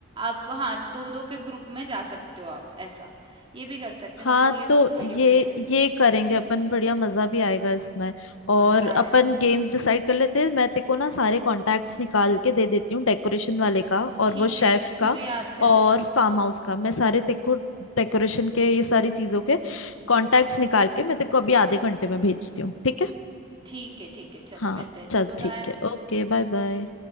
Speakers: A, on the right; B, on the left.
A: आपको हाँ दो दो के ग्रुप में जा सकते हो आप ऐसा ये भी कर सकते हैं
B: हाँ
A: मेरे को ये
B: तो
A: आइडिया
B: ये
A: बढ़िया लगा
B: ये करेंगे अपन बढ़िया मजा भी आएगा इसमें और
A: मजा आएगा
B: अपन
A: भाई
B: गेम्स डिसाइड कर लेते हैं मैं तेको ना सारे कॉन्टैक्ट्स निकाल के दे देती हूँ डेकोरेशन वाले का और
A: ठीक
B: वो शेफ
A: है ठीक है
B: का
A: मुझे याद से
B: और
A: दे
B: फार्म
A: हाँ
B: हाउस का मैं सारे तेको डेकोरेशन के ये सारी चीजों के कॉन्टैक्ट्स निकाल के मैं तेको अभी आधे घंटे में भेजती हूँ ठीक है
A: ठीक है ठीक है चल
B: हाँ
A: मिलते हैं
B: चल
A: बाय बाय
B: ठीक है ओके बाय बाय